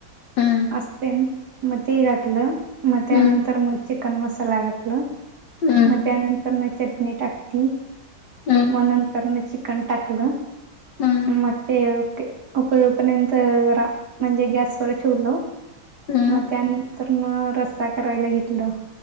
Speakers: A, on the left; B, on the right.
A: हम्म
B: असते म ते घातलं म त्यानंतर
A: हम्म
B: मग चिकन मसाला घातलं
A: हम्म
B: म त्यानंतरन चटणी टाकती,
A: हम्म
B: मग नंतरन चि कन टाकल.
A: हम्म
B: म ते क उकळूपर्यंत जरा म्हणजे गॅसवर ठेवल
A: हम्म
B: म
A: हम्म
B: त्यानंतर म रस्सा करायला घेतलं.